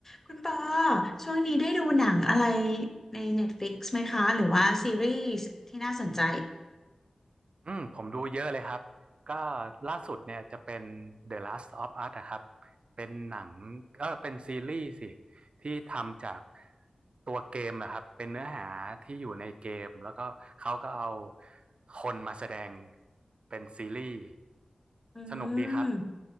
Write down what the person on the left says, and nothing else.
คุณปอช่วงนี้ได้ดูหนังอะไรใน Netflix ไหมคะหรือว่าซีรีส์ที่น่าสนใจ
อื
ม